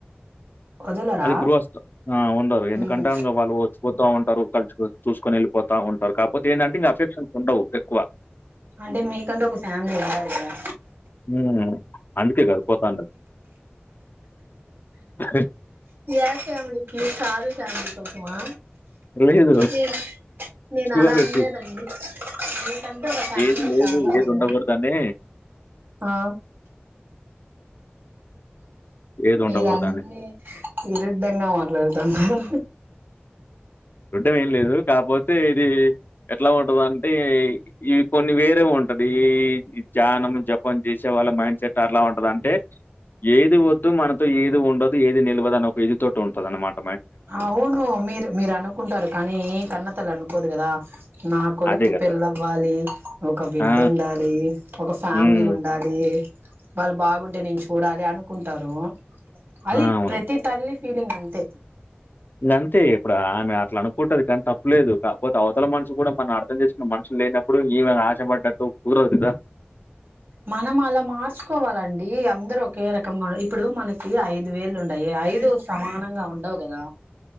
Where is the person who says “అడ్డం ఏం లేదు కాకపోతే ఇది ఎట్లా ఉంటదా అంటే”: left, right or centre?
Left